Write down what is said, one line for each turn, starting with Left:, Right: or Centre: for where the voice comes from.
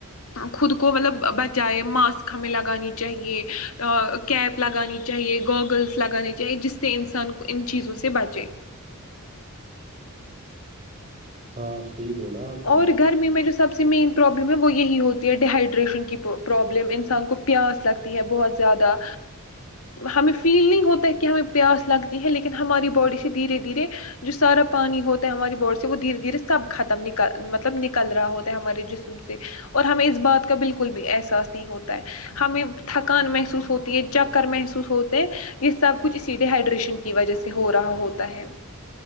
Left: خود کو مطلب بچ جائے ماسک ہمیں لگانی چاہیے کیب لگانی چاہیے گوگلس لگانے چاہیے جس سے انسان کو ان چیزوں سے بچے
Right: ہاں صی بولا آپ
Left: اور
Right: نے
Left: گرمی میں جو سب سے مین پرابلم ہے وہ یہی ہوتی ہے ڈیہائیڈریشن کی پرابلم انسان کو پیاس لگتی ہے بہت زیادہ ہمیں فیل نہیں ہوتا ہے کہ ہمیں پیاس لگتی ہے لیکن ہماری باڈی سے دھیرے دھیرے جو سارا پانی ہوتا ہے ہماری باڈی سے وہ دھیرے دھیرے سب ختم نک مطلب نکل رہا ہوتا ہے ہمارے جسم سے اور ہمیں اس بات کا بالکل بھی احساس نہیں ہوتا ہے ہمیں تھکان محسوس ہوتی ہے چکر محسوس ہوتا ہے یہ سب کچھ اسی ڈیہائیڈریشن کی وجہ سے ہو رہا ہوتا ہے